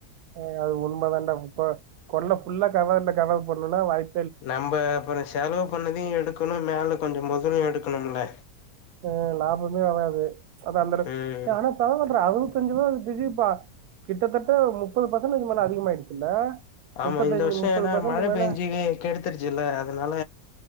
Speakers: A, on the right (about 85°); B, on the left (about 75°).
A: ஏய் அது உண்ம தாண்டா இப்ப கொள்ள புல்லா கவெர்ல கவர் பண்ணும்னா வாய்ப்பு
B: நம்ப அப்றோ செலவு பண்ணதையு எடுக்கணு மேல கொஞ்ச மெதலு எடுக்கணும்ல
A: அ லாபமே வராது அத அந்த
B: ம்
A: ஆனா பரவால்லடா அறுவத்தஞ்சு ரூவ கிட்டதட்ட முப்பது ஃபர்சன்டேஜ் மேல அதிகமாயிடுச்சுல்ல
B: ஆமா
A: முப்பத்தஞ்சு
B: இந்த வருஷோ
A: முப்பது
B: ஏன்னா
A: பர்சன்ட்
B: மழ
A: மேல
B: பெயஞ்சுனு கெடுத்துருச்சுல்ல அதனால